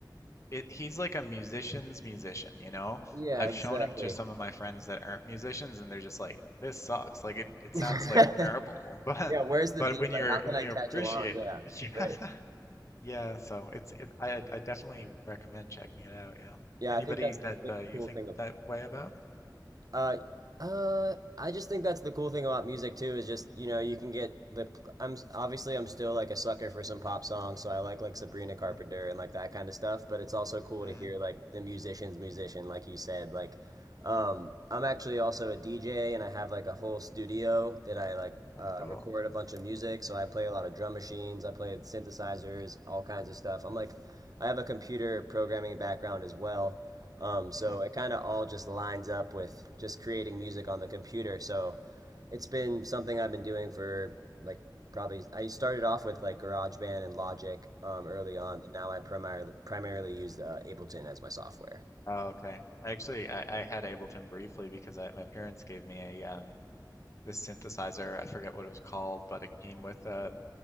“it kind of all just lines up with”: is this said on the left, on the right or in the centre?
Right